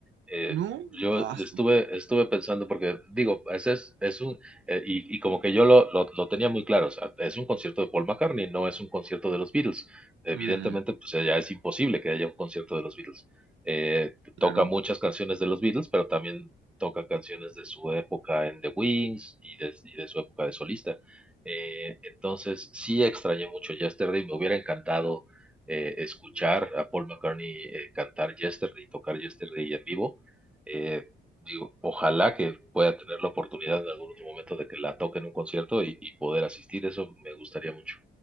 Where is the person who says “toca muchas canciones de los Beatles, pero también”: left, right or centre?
Centre